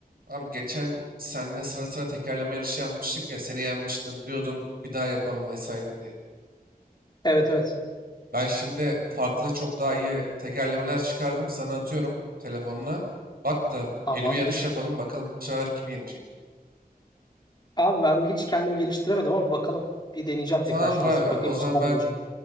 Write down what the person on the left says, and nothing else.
Evet evet.
Tamam.
Abi ben hiç kendimi geliştiremedim ama bakalım. Bir deneyeceğim
tekrar şansımı.
Bakayım
bu sefer
ne olacak.